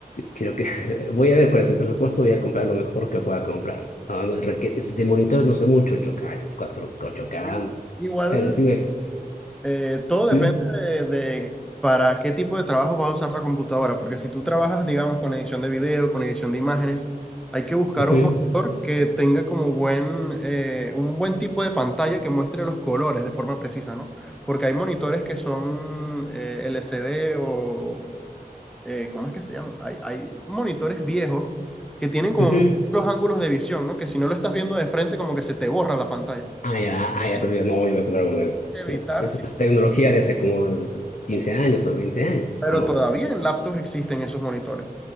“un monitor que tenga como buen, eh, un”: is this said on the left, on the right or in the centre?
Centre